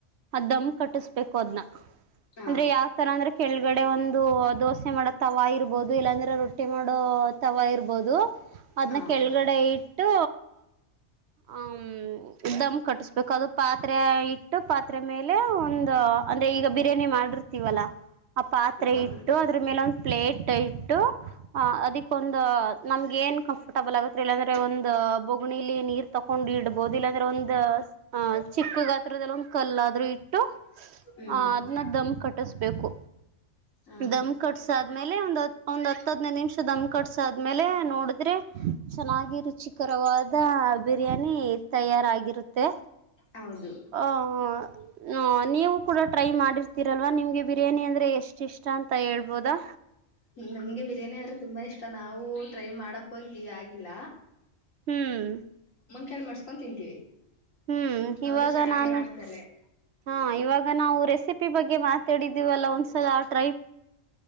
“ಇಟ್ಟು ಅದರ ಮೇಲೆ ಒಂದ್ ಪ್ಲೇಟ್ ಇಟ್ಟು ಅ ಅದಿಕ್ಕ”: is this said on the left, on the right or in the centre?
Right